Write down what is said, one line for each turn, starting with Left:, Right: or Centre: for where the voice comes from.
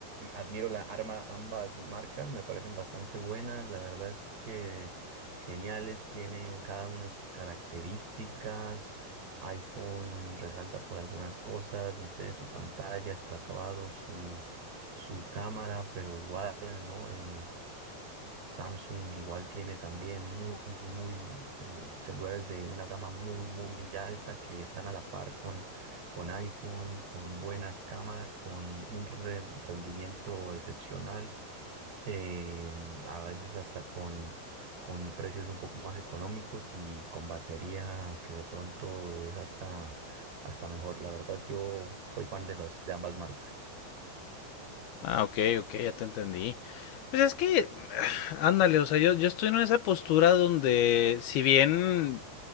Right: admiro la arma, ambas marcas, me parecen bastante buenas, la verdad es que geniales, tienen cada una sus características, iPhone resalta por algunas cosas, no sé, su pantalla, sus acabados, su, su cámara, pero igual, ¿no? Eh, Samsung igual tiene también muy, muy eh, celulares de una gama muy, muy alta que están a la par con, con iPhone, con buenas cámaras, con un re- rendimiento excepcional, eh, a veces hasta con, con precios un poco más económicos y con batería que de pronto es hasta, hasta mejor. La verdad, yo soy fan de los, de ambas marcas.
Left: Ah, ok, ok, ya te entendí. Pues es que, <sighs> ándale, o sea, yo, yo estoy en esa postura donde, si bien